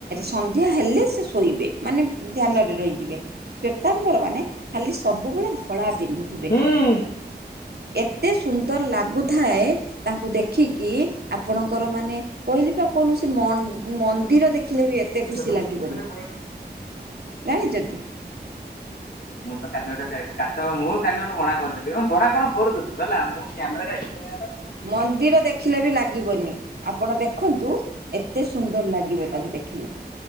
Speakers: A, on the right; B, on the left.
A: ସନ୍ଧ୍ୟାହେଲେ ସେ ଶୋଇବେ ମାନେ ଧ୍ୟାନରେ ରହିଯିବେ। ଶ୍ଵେତାମ୍ବର ମାନେ ଖାଲି ସବୁବେଳେ ଧଳା ପିନ୍ଧୁ ଥିବେ
B: ହୁଁ।
A: ଏତେ ସୁନ୍ଦର ଲାଗୁଥାଏ ତାଙ୍କୁ ଦେଖିକି କି ଆପଣଙ୍କର ମାନେ କହିଲି ପା କୌଣସି ମ-ମନ୍ଦିର ଦେଖିଲେ ବି ଏତେ ଏତେ ଖୁସି
B: କେତେ
A: ଲାଗିବନି
B: ପଇସା କି ଦେଖେ ପକା।
A: ଜାଣିଛନ୍ତିି।
B: ମୁଁ ତ କାଲି ଗୋଟେ ହଉ ମୁଁ କାଲି ଗୋଟେ ବଣା କରିଦେଲି ବଣା କଣ ମୋର ଦୁଷୁ ହେଲା ମୁଁ କ୍ୟାମେରା <unintelligible>
A: ମନ୍ଦିର ଦେଖିଲେବି ଲାଗିବନି ଆପଣ ଦେଖନ୍ତୁ। ଏତେ ସୁନ୍ଦର ଲାଗିବେ ତାଙ୍କୁ ଦେଖିଲେ,